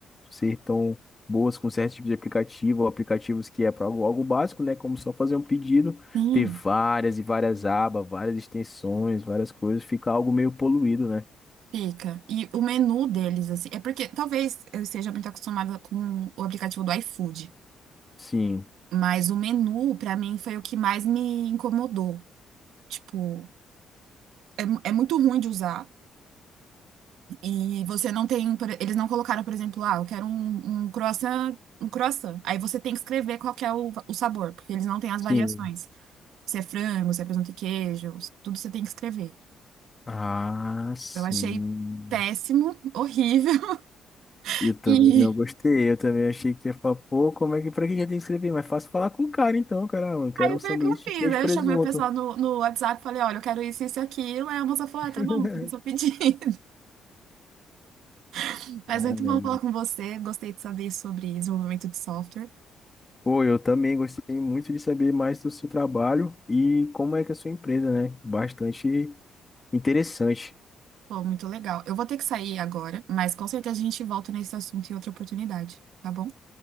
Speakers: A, on the left (about 20°); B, on the right (about 85°).
A: ser tão boas com certo tipo de aplicativo, ou aplicativos que é para algo, algo básico, né? Como só fazer um pedido,
B: Sim,
A: ter várias e várias abas, várias extensões, várias coisas, fica algo meio poluído, né?
B: fica. E o menu deles, assim, é porque talvez eu esteja muito acostumada com o aplicativo do iFood,
A: Sim,
B: mas o menu, pra mim, foi o que mais me incomodou. Tipo, é, mu- é muito ruim de usar. E você não tem. por- Eles não colocaram, por exemplo, ah, eu quero um, um croissant, um croissant. Aí você tem que escrever qual que é o, o sabor, porque eles não têm as
A: sim.
B: variações. Se é frango, se é presunto e queijo, tudo você tem que escrever.
A: Ah, sim.
B: Eu achei péssimo, horrível. <laughs>
A: Eu também
B: E
A: não gostei, eu também achei que ia falar, pô, como é que, pra que já tem que escrever? Mas fácil falar com o cara então, caramba, eu quero
B: aí
A: um sanduíche
B: foi o que eu fiz.
A: de queijo
B: Aí
A: e presunto.
B: eu chamei o pessoal no, no WhatsApp e falei, olha, eu quero isso, isso e aquilo. Aí a moça falou,
A: <laughs>
B: ah, tá bom, faça o seu pedido. <laughs> Mas
A: Caramba.
B: muito bom falar com você. Gostei de saber sobre desenvolvimento de software.
A: Pô, eu também gostei muito de saber mais do seu trabalho e como é que é a sua empresa, né? Bastante interessante.
B: Pô, muito legal. Eu vou ter que sair agora, mas com certeza a gente volta nesse assunto em outra oportunidade, tá bom?